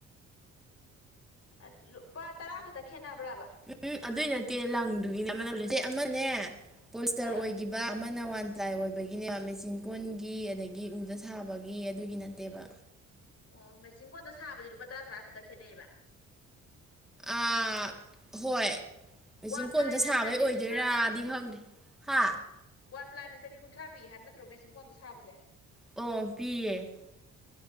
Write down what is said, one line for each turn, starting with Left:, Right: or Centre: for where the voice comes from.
Left: ꯑꯥ ꯂꯨꯄꯥ ꯇꯔꯥ ꯈꯛꯇ ꯈꯦꯠꯅꯕ꯭ꯔꯕ
Centre: ꯎꯝ ꯑꯗꯨꯏ ꯅꯠꯇꯦ ꯂꯪꯗꯨꯒꯤꯅꯦ ꯑꯃ ꯑꯃꯅꯦ ꯄꯣꯁꯇꯔ
Left: ꯑꯥ
Centre: ꯑꯣꯏꯒꯤ ꯕꯥ ꯑꯃꯅ ꯋꯥꯟ ꯄ꯭ꯂꯥꯏ ꯑꯣꯏꯕꯒꯤꯅꯦꯕ ꯃꯦꯆꯤꯟ ꯀꯣꯟꯒꯤ ꯑꯗꯒꯤ ꯎꯗ ꯁꯥꯕꯒꯤ ꯑꯗꯨꯒꯤ ꯅꯠꯇꯦꯕ
Left: ꯑꯣ ꯃꯦꯆꯤꯟ ꯀꯣꯟꯗ ꯁꯥꯕꯗꯤ ꯂꯨꯄꯥ ꯇꯔꯥ ꯇꯔꯥ ꯈꯛꯇ ꯈꯦꯠꯅꯩꯑꯦꯕ
Centre: ꯑꯥ ꯍꯣꯏ ꯃꯦꯆꯤꯟ
Left: ꯋꯥꯟ
Centre: ꯀꯣꯟꯗ
Left: ꯄ꯭ꯂꯥꯏꯅ
Centre: ꯁꯥꯕꯩ
Left: ꯆꯅꯤ
Centre: ꯑꯣꯏꯗꯣꯏꯔꯥꯗꯤ
Left: ꯀꯨꯟꯊ꯭ꯔꯥ ꯄꯤꯕ
Centre: ꯈꯪꯗꯦ ꯍꯥ
Left: ꯋꯥꯟ ꯄ꯭ꯂꯥꯢꯅ ꯆꯅꯤ ꯀꯨꯟꯊ꯭ꯔꯥ ꯄꯤ ꯍꯥꯏꯕ ꯅꯠꯇ꯭ꯔꯣ ꯃꯦꯆꯤꯟ ꯀꯣꯟꯗ ꯁꯥꯕꯁꯦ
Centre: ꯑꯣ ꯄꯤꯌꯦ